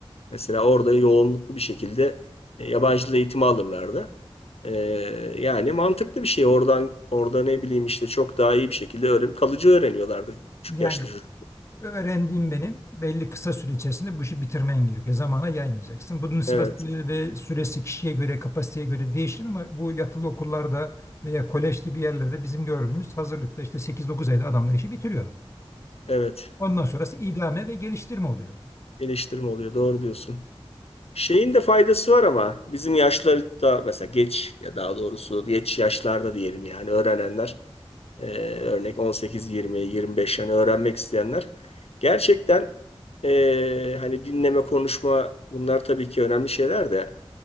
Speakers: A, on the left (about 75°); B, on the left (about 25°).
A: Mesela orada yoğunluklu bir şekilde e, yabancı dil eğitimi alırlardı. Ee, yani mantıklı bir şey. Oradan orada ne bileyim işte çok daha iyi bir şekilde öğren kalıcı öğreniyorlardı küçük
B: yani
A: yaşta çocuk.
B: öğrendiğim benim belli kısa süre içerisinde bu işi bitirmen gerekiyor. Zamana yaymayacaksın. Bunun sırası
A: Evet.
B: ve süresi kişiye göre, kapasiteye göre değişir ama bu yatılı okullarda veya kolej gibi yerlerde bizim gördüğümüz hazırlıkta işte 8-9 ayda adamlar işi bitiriyor.
A: Evet.
B: Ondan sonrası idame ve geliştirme oluyor.
A: Geliştirme oluyor. Doğru diyorsun. Şeyin de faydası var ama bizim yaşlarda mesela geç ya daha doğrusu geç yaşlarda diyelim yani öğrenenler e, örnek 18, 20, 25 yani öğrenmek isteyenler gerçekten e, hani dinleme, konuşma bunlar tabii ki önemli şeyler de